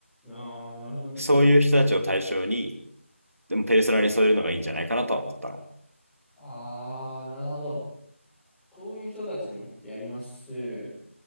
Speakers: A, in the centre; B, on the right.
A: ああ、なるほどね。
B: そういう人たちを対象に、でもペルソナに添えるのがいいんじゃないかなとは思ったの。
A: ああ、なるほど。こういう人たちに向けてやります。